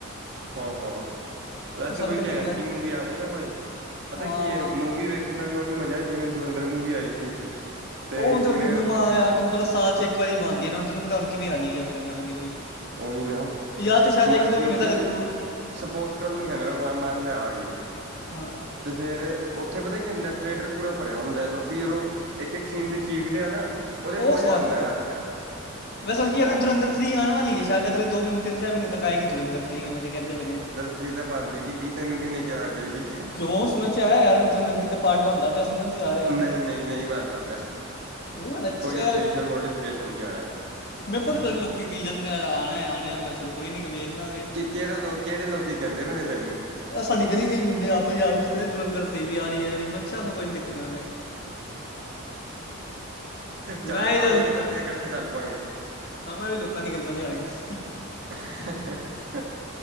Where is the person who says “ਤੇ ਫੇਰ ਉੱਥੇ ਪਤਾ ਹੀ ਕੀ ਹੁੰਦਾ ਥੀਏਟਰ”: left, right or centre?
Right